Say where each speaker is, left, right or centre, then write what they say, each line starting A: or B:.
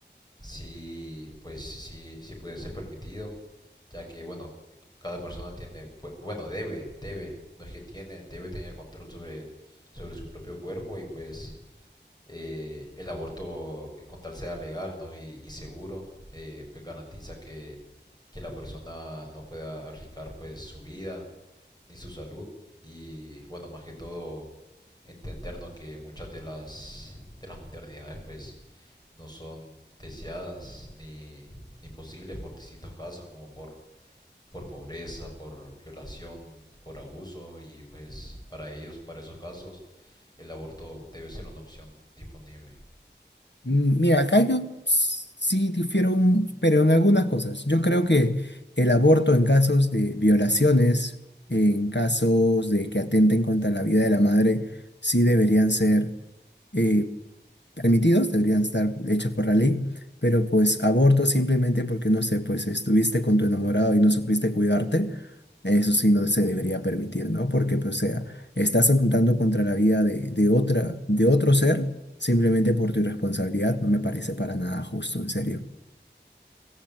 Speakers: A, on the left; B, on the left.
A: Sí, pues sí, sí puede ser permitido, ya que, bueno, cada persona tiene, pue- bueno, debe, debe, no es que tiene, debe tener control sobre, sobre su propio cuerpo y pues eh, el aborto, eh, con tal sea legal, ¿no? y, y seguro, eh, pues garantiza que, que la persona no pueda arriesgar pues su vida ni su salud y, bueno, más que todo, entendernos que muchas de las, de las maternidades pues no son deseadas ni, ni posibles por distintos casos como por, por pobreza, por violación, por abuso y pues para ellos, para esos casos, el aborto debe ser una opción disponible.
B: Mm, Mira, acá yo sí difiero un, pero en algunas cosas. Yo creo que el aborto en casos de violaciones, en casos de que atenten contra la vida de la madre, sí deberían ser eh, permitidos, deberían estar hechos por la ley, pero pues aborto simplemente porque, no sé, pues estuviste con tu enamorado y no supiste cuidarte, eso sí no se debería permitir, ¿no? Porque, pues, o sea, estás atentando contra la vida de, de otra, de otro ser simplemente por tu irresponsabilidad, no me parece para nada justo, en serio.